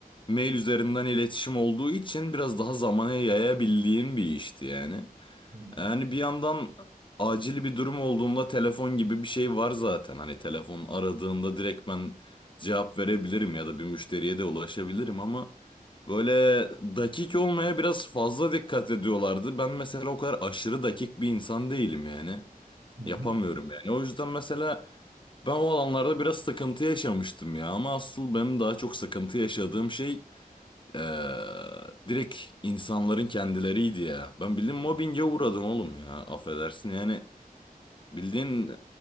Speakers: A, on the left; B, on the right.
A: mail üzerinden iletişim olduğu için biraz daha zamana yayabildiğin bir işti yani.
B: Hmm.
A: Yani bir yandan acil bir durum olduğunda telefon gibi bir şey var zaten. Hani telefon aradığında direkt ben cevap verebilirim ya da bir müşteriye de ulaşabilirim ama böyle dakik olmaya biraz fazla dikkat ediyorlardı. Ben mesela o kadar aşırı dakik bir insan değilim yani.
B: Hı hı.
A: Yapamıyorum yani. O yüzden mesela ben o alanlarda biraz sıkıntı yaşamıştım ya ama asıl benim daha çok sıkıntı yaşadığım şey ee, direkt insanların kendileriydi ya. Ben bildiğin
B: Hı.
A: mobbinge uğradım oğlum ya. Affedersin yani. Bildiğin